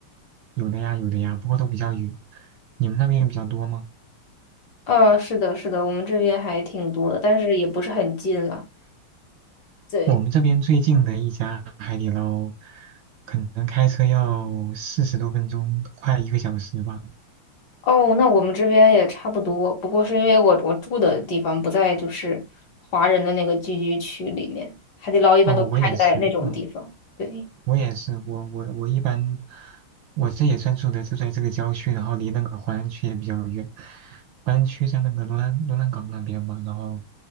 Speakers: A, on the right; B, on the left.
A: 有的呀，有的呀，不过都比较远。你们那边比较多吗？
B: 呃，是的，是的，我们这边还挺多的，但是也不是很近了。对，
A: 我们这边最近的一家海底捞，可能开车要四十多分钟，快一个小时吧。
B: 哦，那我们这边也差不多，不过是因为我我住的地方不在就是华人的那个聚居区里面，海底捞一般都开在那种地方。
A: 哦，我也是，嗯，
B: 对，
A: 我也是，我我我一般，我这也算住的就在这个郊区，然后离那个淮安区也比较远。淮安区在那个罗兰罗兰港那边嘛，然后